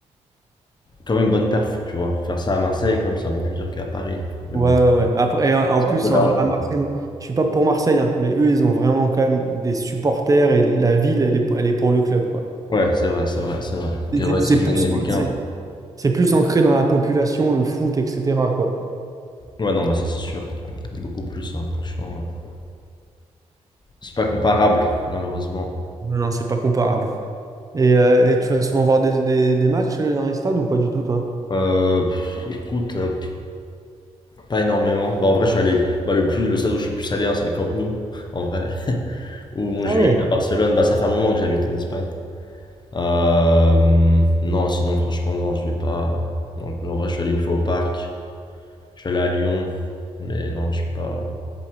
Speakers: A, on the left; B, on the right.
A: quand même bonne perf, tu vois. Faire ça à Marseille, quand même, c'est un peu plus dur qu'à Paris. Mais
B: Ouais,
A: bon,
B: ouais, ouais. Après, et, euh, en
A: c'est
B: plus,
A: un peu la
B: en vrai,
A: honte.
B: à Marseille,
A: quoi.
B: moi, je suis pas pour Marseille, hein, mais eux, ils ont vraiment quand même des supporters et la ville, elle est, elle est pour le club, quoi.
A: Ouais, c'est vrai, c'est vrai, c'est vrai.
B: Et
A: Que ouais,
B: C'est c'est
A: s'il
B: plus,
A: gagne la Ligue
B: c'est c'est plus ancré dans la population, le foot, etc., quoi.
A: Ouais, non, bah ça c'est sûr. Beaucoup plus, hein, franchement. euh, C'est pas comparable, malheureusement.
B: Non, non, c'est pas comparable. Et, euh, et tu vas souvent voir des, des, des matchs euh, dans les stades ou pas du tout, toi?
A: Euh, pff, écoute, euh, pas énormément. Bah, en vrai, je suis allé. Bah, le plus, le stade où je suis le plus allé, hein, c'est le Camp Nou, <laughs> en vrai. Ou Montjuïc
B: Ah ouais.
A: à Barcelone. Bah, ça fait un moment que j'habite en Espagne. Euh, non, sinon, franchement, non, je vais pas. Non, en vrai, je suis allé une fois au parc. Je suis allé à Lyon. Mais non, je suis pas.